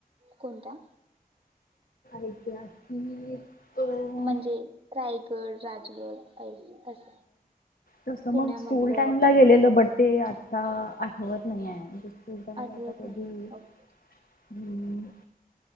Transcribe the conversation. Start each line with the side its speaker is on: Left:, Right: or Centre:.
Right: कोणत्या
Left: ऐतिहासिक
Right: म्हणजे रायगड राजगड ऐस- असं
Left: तस
Right: पुण्यामधलं
Left: मग स्कूल टाइम ला गेलेल बडे आता होत नाही आहे तताकध
Right: आठवत नाही
Left: हम्
Right: ओके